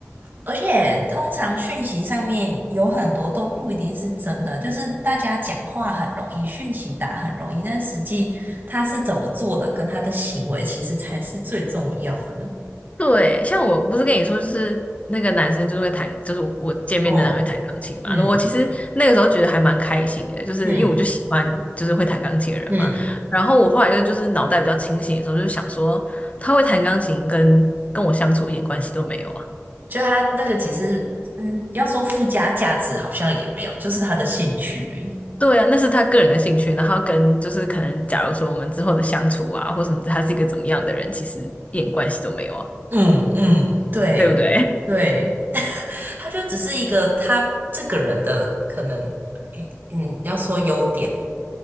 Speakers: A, on the right (about 40°); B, on the left (about 30°).
A: 而且通常讯息上面有很多都不一定是真的，就是大家讲话很容易，讯息打很容易，但实际他是怎么做的，跟他的行为其实才是最重要的。
B: 对，像我不是跟你说，就是那个男生就是会弹，就是我见面的男生会弹钢琴嘛。
A: 哦，嗯
B: 那我其实那个时候觉得还蛮开心的，就是因为我就喜欢就是会弹钢琴的人嘛。
A: 嗯嗯，
B: 然后我后来又就是脑袋比较清醒的时候，就想说他会弹钢琴跟跟我相处一点关系都没有啊。
A: 就他那个其实，嗯，要说附加价值好像也没有，就是他的兴趣而已。
B: 对啊，那是他个人的兴趣，然后跟就是可能假如说我们之后的相处啊，或什么，他是一个怎么样的人，其实一点关系都没有啊，
A: 嗯嗯，对对，
B: 对不对？
A: <laughs> 他就只是一个他这个人的可能，嗯嗯，要说优点。